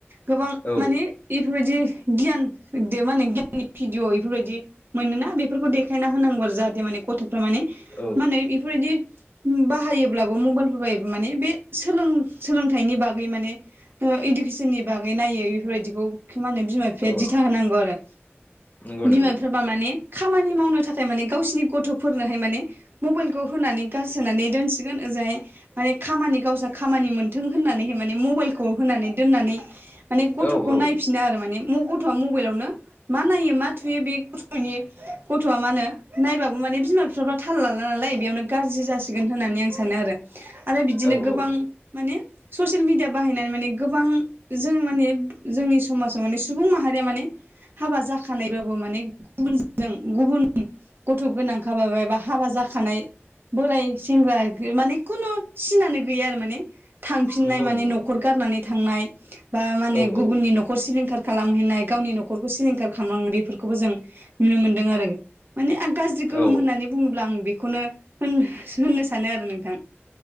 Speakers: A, on the right (about 55°); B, on the left (about 40°).
A: गोबां
B: औ
A: मानि। इफोरबायदि गियान मा होनो गियाननि भिदिअ बेफोर बायदि मोनोना बेफोरखौ देखाय देखायना होनांगौ आरो जाहाथे माने गथ'फ्रा मा होनो
B: औ
A: इफोर बायदि। बाहायोब्लाबो मबेइलफोर बायो माने बे सोलों सोलोंथाइनि बागै माने ओ इडुकेसननि बागै नायो इफोर बायदिखौ मा होनो बिमा बिफा
B: औ
A: दिथा होनांगौ आरो
B: नंगौ
A: बिमा
B: नंगौ
A: बिफा बा माने खामानि मावनो थाखाय माने गावसिनि गथ'फोरनोहाय माने। मबेइलखौ होनानै गारसोनानै दोनसिगोन ओजोंहाय माने खामानि गावसा खामानि थों होननानैहाय माने मबेइलखौ होनानै दोननानै माने गथ'खौ
B: औ औ
A: नायफिन बिनो आरो माने गथ'आ मबाइलावनो मा नायो मा थुयो बे गथ'नि गथ'आ मा होनो नायबाबो माने बिमा बिफाफ्रा थाल लाला नालाय बेयावनो गाज्रि जासिगोन होननानै आं सानो आरो। आरो बिदिनो
B: औ
A: गोबां
B: औ
A: माने ससियेल मिडिया बाहायनानै माने गोबां। जों माने जोंनि समाजाव माने सुबुं माहारिया माने हाबा जाखानायबाबो माने गुबुनजों गुबुन गथ' गोनांखाबाबो बा हाबा जाखानाय बोराय सेंग्रा माने खुनु सिनानो गैया आरो माने। थांफिननाय
B: नंगौ
A: माने
B: नंगौ
A: न'खर गारनानै थांनाय बा माने
B: औ
A: गुबुननि
B: औ
A: नख <unintelligible> सिलिंखार खालामहैनाय गावनि न'खरखौ सिलिंखार खालामो बेफोरखौबो जों नुनो मोनदों आरो। माने आं गाज्रि गोहोम
B: औ
A: होननानै बुङोब्ला आं बेखौनो होन होननो सानो आरो नोंथां।